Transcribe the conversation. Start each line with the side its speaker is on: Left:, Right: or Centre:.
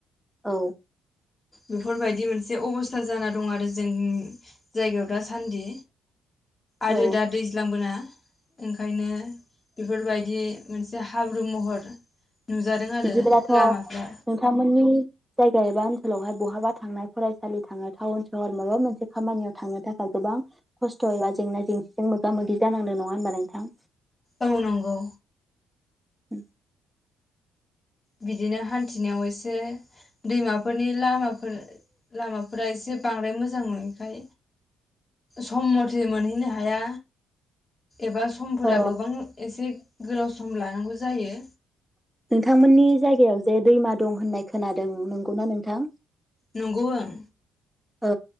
Centre: औ
Left: बेफोरबायदि मोनसे अबस्था जाना दं आरो जो जों जायगायाव दासान्दि आरो
Centre: औ
Left: दा दैज्लांबोना ओं ओंखायनो बेफोरबाय दि मोनसे हाब्रु महर नुजादों आरो
Centre: बिदिब्लाथ नोंथांमोननि
Left: लामाफ्रा
Centre: जायगा एबा ओनसोलावहाय बहाबा थांनाय फरायसालि थांनाय टाउन सहराव माबा मोनसे खामानियाव थांनो थाखाय गोबां खस्थ एबा जेंना जेंसिजों मोगा मोगि जानांदों नङा होनबा नोंथां।
Left: औ नंगौ
Centre: <inaudible>
Left: बिदिनो हान्थिनायाव एसे दैमाफोरनि लामाफोर लामाफोरा एसे बांद्राय मोजां नङिखाय सम मथे मोनहैनो हाया एबा समफोरा
Centre: अ
Left: गोबां एसे गोलाव सम लानांगौ जायो।
Centre: नोंथांमोननि जायगायाव जे दैमा दं होननाय खोनादों नंगौना नोंथां
Left: नंगौ ओं
Centre: ओ